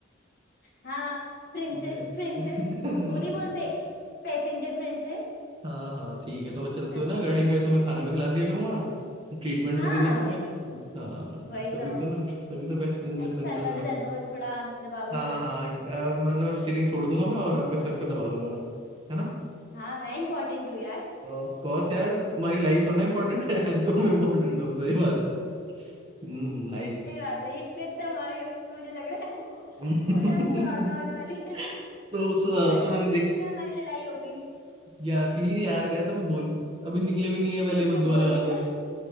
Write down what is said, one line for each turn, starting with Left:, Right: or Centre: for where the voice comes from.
Left: हाँ प्रिंसेस
Right: नहीं
Left: प्रिंसेस
Right: <laughs>
Left: वो नहीं बोलते Passenger princess
Right: हाँ हाँ ठीक है तो मैं चलते
Left: <laughs>
Right: हुए ना गाड़ी में तुम्हें खाना भी खिला दिया करूंगा ट्रीटमेंट
Left: हाँ
Right: भी दे दिया करूंगा अच्छी। हाँ
Left: वही
Right: तभी
Left: तो
Right: तो ना तभी तो पैसेंजर
Left: ऐसे
Right: प्रिंसेस
Left: सर्वर
Right: बनोगे
Left: में दर्द होगा तो थोड़ा दबा भी
Right: हाँ
Left: देना
Right: हाँ अ, मतलब स्टीयरिंग छोड़ दूंगा मैं और आपके सर पे दबा दूंगा है ना
Left: हाँ मैं इम्पोर्टेंट हूँ यार <laughs>
Right: ऑफ कोर्स यार तुम्हारी लाइफ थोड़ा इम्पोर्टेंट है <laughs> तुम इम्पोर्टेंट हो सही बात है हम्म नाइस
Left: सही बात है ये ट्रिप तो हमारे मुझे लग रहा है वो
Right: <laughs>
Left: उड़ान धमाका होने वाली है
Right: तो उस
Left: और सोच
Right: तो मैंने देख
Left: बीच में हमारी लड़ाई हो गई
Right: यार प्लीज यार ऐसा मत बोल अभी निकले भी नहीं है पहले
Left: शुभ
Right: ही बद
Left: शुभ
Right: दुआ
Left: बोलू
Right: लगा
Left: <laughs>
Right: दे